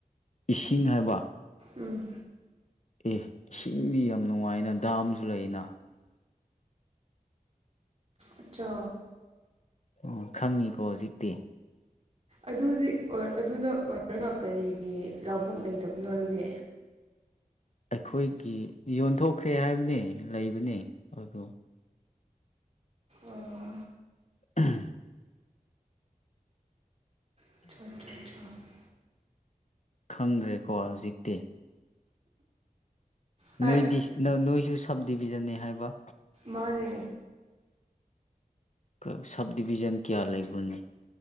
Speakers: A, on the left; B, on the right.
A: ꯏꯁꯤꯡ ꯍꯥꯏꯕ
B: ꯎꯝ
A: ꯑꯦ ꯏꯁꯤꯡꯗꯤ ꯌꯥꯝ ꯅꯨꯡꯉꯥꯏꯅ ꯗꯥꯝꯁꯨ ꯂꯩꯅ
B: ꯑꯠꯆꯥ
A: ꯑꯣ ꯈꯪꯉꯤꯀꯣ ꯍꯧꯖꯤꯛꯇꯤ
B: ꯑꯗꯨꯗꯤ ꯑꯣ ꯑꯗꯨꯗ ꯑꯣꯏꯔꯒ ꯀꯔꯤꯒꯤ ꯂꯧꯕꯨꯛ ꯂꯩꯇꯕꯅꯣ ꯑꯗꯨꯗꯤ
A: ꯑꯩꯈꯣꯏꯒꯤ ꯌꯣꯟꯊꯣꯛꯈ꯭ꯔꯦ ꯍꯥꯏꯕꯅꯦ ꯂꯩꯕꯅꯦ ꯑꯗꯨ
B: ꯑꯥ
A: <inaudible>
B: <unintelligible>
A: ꯈꯪꯈ꯭ꯔꯦꯀꯣ ꯍꯧꯖꯤꯛꯇꯤ
B: ꯍꯣꯏ
A: ꯅꯣꯏꯗꯤ ꯅꯣꯏ ꯅꯣꯏꯁꯨ ꯁꯕ ꯗꯤꯕꯤꯖꯟꯅꯦ ꯍꯥꯏꯕ
B: ꯃꯥꯅꯦ
A: ꯀ ꯁꯕ ꯗꯤꯕꯤꯖꯟ ꯀꯌꯥ ꯂꯩꯕ꯭ꯔꯅꯦ